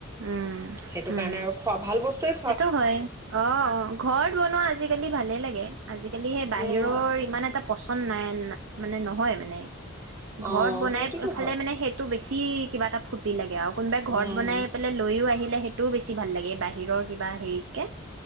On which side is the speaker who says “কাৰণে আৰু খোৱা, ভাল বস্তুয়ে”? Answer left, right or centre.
Right